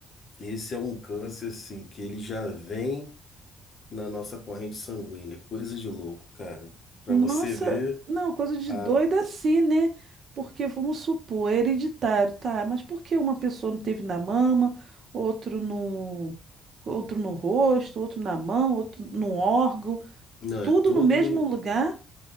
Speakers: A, on the left; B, on the right.
A: esse é um câncer assim que ele já vem na nossa corrente sanguínea. Coisa de louco, cara. Pra
B: Nossa,
A: você ver,
B: não, coisa de
A: a...
B: doida assim, né? Porque vamos supor, é hereditário, tá? Mas por que uma pessoa não teve na mama, outro no, outro no rosto, outro na mão, outro no órgão,
A: não,
B: tudo
A: é todo
B: no mesmo
A: no,
B: lugar?